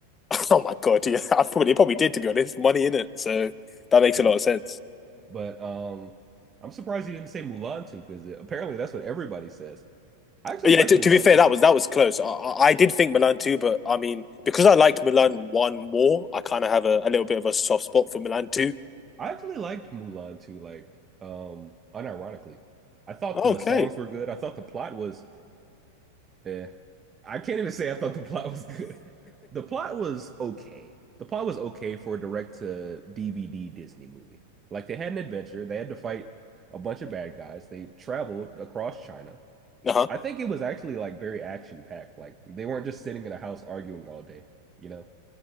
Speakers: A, on the left (about 20°); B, on the right (about 25°).
A: <laughs> Oh my God. Yeah, <laughs> I probably it probably did to be honest. Money in it, so that makes
B: Yeah.
A: a lot of sense.
B: But um I'm surprised you didn't say Mulan 2 because apparently that's what everybody says. I actually
A: Yeah,
B: like
A: to,
B: Mulan
A: to be fair,
B: 2.
A: that was that was close. I, I I did think Milan too, but I mean, because I liked Milan one more, I kind of have a, a little bit of a soft spot for Milan too.
B: I actually liked Mulan too, like um unironically. I thought
A: Okay.
B: the songs were good. I thought the plot was eh. I can't even say I thought the plot was good. <laughs> The plot was okay. The plot was okay for a direct to DVD Disney movie. Like they had an adventure, they had to fight a bunch of bad guys. They traveled across China.
A: Uh-huh.
B: I think it was actually like very action packed. Like they weren't just sitting in a house arguing all day, you know,